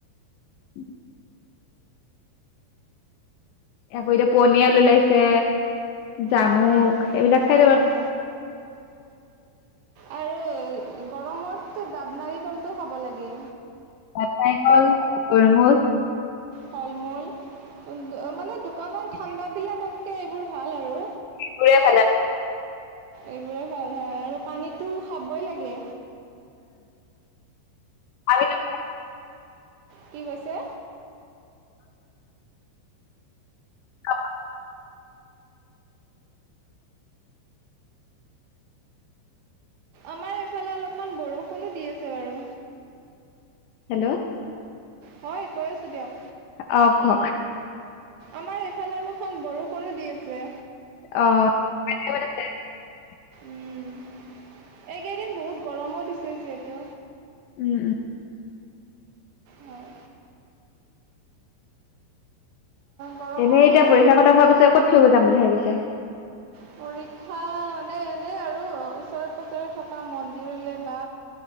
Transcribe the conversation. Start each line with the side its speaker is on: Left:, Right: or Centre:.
Left: <inaudible> আকৌ এতিয়া পনিয়াল ওলাইছে। জামুক
Right: হয়
Left: এইবিলাক খাই
Right: জামু
Left: থাকো আৰু
Right: আৰু গৰমতটো ডাব নাৰিকলটো খাব লাগে।
Left: ডাব নাৰিকল, তৰবুজ
Right: ফল মূল অ' মানে দোকানৰ ঠাণ্ডা বিলাক তাকে এইবোৰ ভাল আৰু
Left: তোৰে ভাল
Right: এইবোৰে ভাল। আৰু পানীটো খাবই লাগে।
Left: পানীতো
Right: কি কৈছে?
Left: অ'।
Right: আমাৰ এইফালে অলপমান বৰষুণো দি আছে বাৰু।
Left: হেল্ল'
Right: হয় কৈ আছো দিয়ক।
Left: অ' কওক।
Right: আমাৰ এইফালে অলপমান বৰষুণো দি আছে।
Left: অ' <unintelligible>
Right: উম এইকেইদিন বহুত গৰমো দিছে যিহেতু।
Left: উম উম।
Right: হয়। গৰমৰ
Left: এনেই
Right: দিনত
Left: এতিয়া পৰীক্ষা শেষ হোৱাৰ পিছত ক'ত ফুৰিব যাম বুলি ভাবিছে?
Right: পৰীক্ষা এনে এনেই আৰু অ' ওচৰে পাজৰে থকা মন্দিৰলৈ বা